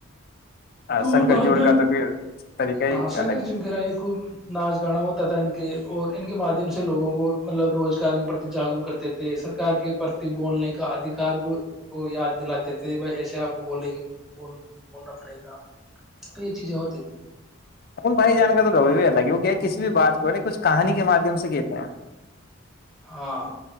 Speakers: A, on the left (about 45°); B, in the centre.
A: پڑتا
B: تو
A: سنکر
B: وہ مادم
A: جوڑ کا تو پھر طریقہ
B: ہاں
A: ہی
B: شنکر
A: الگ
B: جیوں کے رہا یہ خ ناچ گانا ہوتا تھا ان کے اور ان کے مادھیم سے لوگوں کو مطلب روزگار کے پرتی جاگروک کرتے تھے سرکار کے پرتی بولنے کا ادھیکار کو یاد دلاتے تھے بھائی ایسے آپ کو بولے گی ب بولنا پڑے گا تو یہ چیزیں ہوتی تھی
A: بھائی جان کر تو د لگی وہ کہ کسی بھی بات کو کچھ کہانی کے مادھیم سے کہتے ہیں
B: ہاں